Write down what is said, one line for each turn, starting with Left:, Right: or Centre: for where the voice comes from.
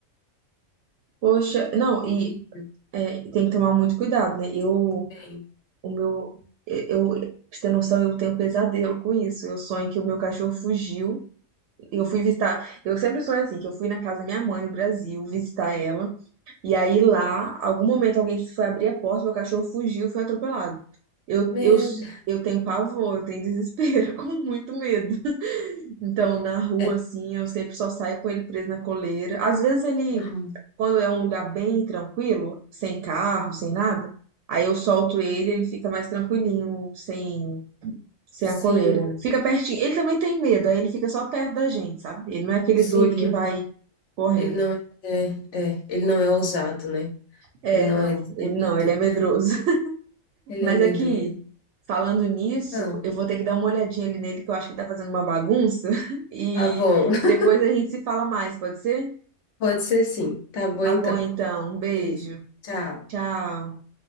Right: Poxa, não,
Left: terrível,
Right: e é, tem que tomar muito cuidado, né? Eu
Left: bem.
Right: O meu, eu, pra você ter noção, eu tenho um pesadelo com isso. Eu sonho que o meu cachorro fugiu. Eu fui visitar. Eu sempre sonho assim, que eu fui na casa da minha mãe no Brasil visitar ela. E aí lá, algum momento alguém foi abrir a porta, meu cachorro fugiu, e foi atropelado. Eu,
Left: Meu
Right: eu,
Left: Deus.
Right: eu tenho pavor, eu tenho desespero, <laughs> com muito medo. Então, na rua,
Left: É,
Right: assim, eu sempre só saio com ele preso na coleira. Às vezes ele,
Left: uhum.
Right: quando é um lugar bem tranquilo, sem carro, sem nada, aí eu solto ele, ele fica mais tranquilinho, sem, sem
Left: Sim,
Right: a coleira, né? Fica pertinho. Ele também tem medo, aí ele fica só perto da gente, sabe? Ele não é aquele
Left: sim,
Right: doido que
Left: aham.
Right: vai correndo.
Left: Ele não é, é, é, ele não é ousado, né?
Right: É,
Left: Ele não
Right: não,
Left: é destemido.
Right: ele não, ele é medroso. <laughs>
Left: Ele
Right: Mas
Left: é medroso.
Right: aqui, falando nisso,
Left: Ah,
Right: eu vou ter que dar uma olhadinha ali nele, que eu acho que ele tá fazendo uma bagunça. <laughs> E
Left: tá bom. <laughs>
Right: depois a gente se fala mais, pode ser?
Left: Pode ser sim. Tá bom,
Right: Tá
Left: então.
Right: bom, então. Um beijo.
Left: Beijo. Tchau.
Right: Tchau.